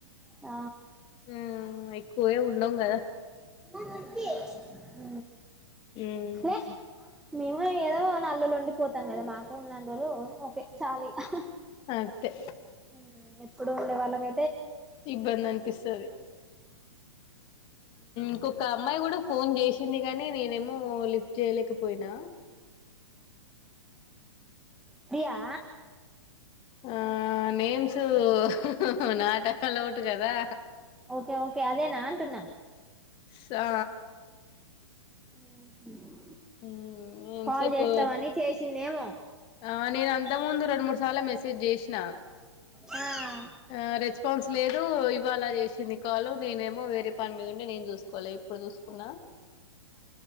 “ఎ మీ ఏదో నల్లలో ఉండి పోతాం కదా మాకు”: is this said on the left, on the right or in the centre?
Centre